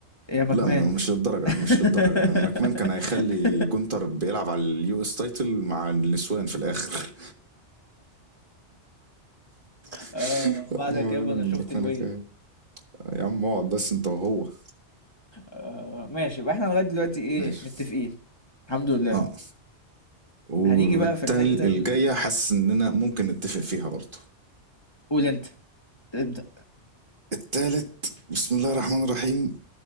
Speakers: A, on the left; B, on the right.
A: يا مكمان
B: لا م- مش للدرجة
A: <laughs>
B: مش للدرجة ماكمان كان هيخلي جونتر بيلعب على اليو اس تايتل مع النسوان في الآخر <laughs>
A: اه بعدك
B: ما يقولوا
A: يابا انا
B: من
A: شفت
B: ماكمان
A: الويل
B: يا عم اقعد بس انت وهو
A: آه ماشي يبقى احنا لغاية دلوقتي ايه
B: ماشي
A: متفقين الحمد لله
B: اه والتاني
A: هنيجي بقى في الحتة
B: الجاية
A: ال-
B: حاسس إننا ممكن نتفق فيها برضه
A: قول انت ابدأ
B: التالت بسم الله الرحمن الرحيم